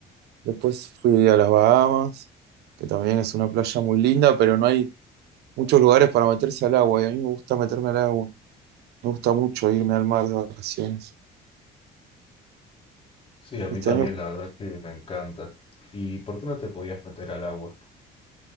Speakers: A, on the right; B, on the left.
A: Después fui a las Bahamas, que también es una playa muy linda, pero no hay muchos lugares para meterse al agua. Y a mí me gusta meterme al agua. Me gusta mucho irme al mar de vacaciones.
B: Sí, a
A: Este
B: mí también,
A: año,
B: la verdad que me encanta. ¿Y por qué no te podías meter al agua?